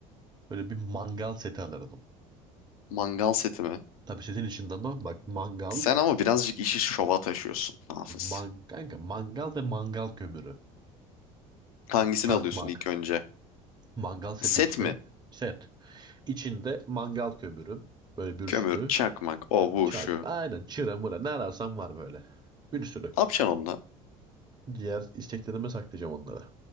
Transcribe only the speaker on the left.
Mangal seti mi?
Sen ama birazcık işi şova taşıyorsun Hafız.
Hangisini
alıyorsun ilk önce?
Set
mi?
Kömür,
çakmak, o bu
şu.
Ne yapacaksın onunla?